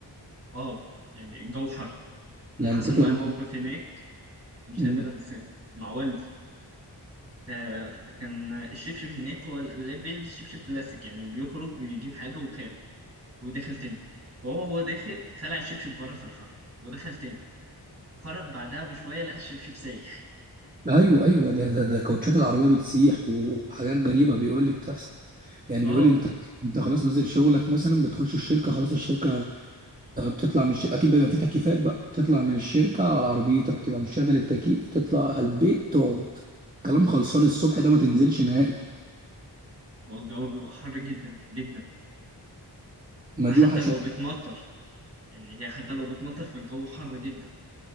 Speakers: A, on the right; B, on the right.
A: اه يعني الجو حر انا
B: يعني
A: حصل
B: تطلع
A: معايا موقف هناك مش
B: مم.
A: قادر انساه مع والدي آه كان الشبشب هناك هو اللي بيلبس شبشب بلاستيك يعني بيخرج بيجيب حاجة وخارج وداخل تاني فهو هو داخل خلع الشبشب بره في الحر ودخل تاني خرج بعدها بشوية لقى الشبشب سايح
B: ايوه ايوه ده ده, ده كوتشات العربيه بتسيح وحاجات غريبه بيقول لي بتحصل يعني
A: اه
B: بيقول لي انت انت خلاص نازل شغلك مثلا بتخش الشركه خلاص الشركه آه، بتطلع من الشركه اكيد بيبقى في تكييفات بقى بتطلع من الشركه على عربيتك تبقى مشغل التكييف تطلع على البيت تقعد كلام خلصان الصبح ده ما تنزلش نهائي
A: هو الجو بيبقى حر جدا جدا
B: ما
A: حتى
B: دي وحشت
A: لو بتمطر يعني هي حتى لو بتمطر فالجو حر جدا